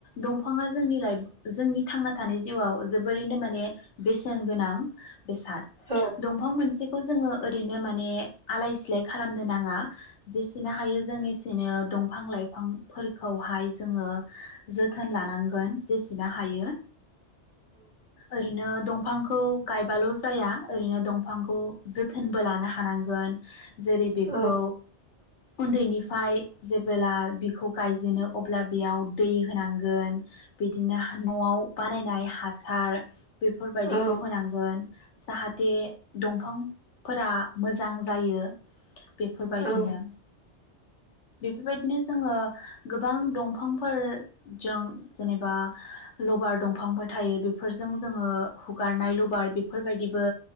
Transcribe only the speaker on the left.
दंफाङा जोंनि लाइफ जोंनि थांना थानाय जिउआव जोबोरैनो माने बेसेन गोनां बेसाद
दंफां मोनसे खौ जोङो ओरैनो माने आलाय सिलाय खालामनो नाङा। जेसेनो हायो जों एसेनो दं फां लाइफांफोरखौहाय जोङो जोथोन लानांगोन जेसेनो हायो ओरैनो दंफांखौ खौ गायबाल' जाया ओरैनो दंफांखौ जोथोनबो लानो हानांगोन जेरै- बेखौ
उन्दैनिफ्राय जेबोब्ला बिखौ गायजेनो अब्ला बेयाव दै होनांगोन बिदिनो न'आव बानायनाय हासार बेफोरबायदिखौ
होनांगोन जाहाथे दंफां फोरा मोजां जायो। बेफोरबायदिनो
बेफोरबायदिनो जोङो गोबां दंफांफोरजों जेनेबा लबार दंफांफोर थायो बेफोरजों जों जोङो हुगारनाय लबार बेफोरबायदिबो